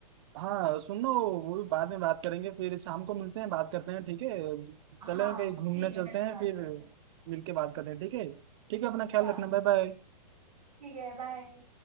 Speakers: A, on the right (about 45°); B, on the right (about 80°).
A: हाँ सुन लो वो भी बाद में बात करेंगे फिर शाम को मिलते हैं बात करते हैं ठीक है
B: हाँ
A: चलें कहीं घूमने
B: ठीक है
A: चलते
B: मिलके
A: हैं
B: बात
A: फिर
B: करते हैं
A: मिलके बात करते हैं ठीक है ठीक है अपना ख्याल
B: हाँ
A: रखना बाय बाय
B: ठीक है बाय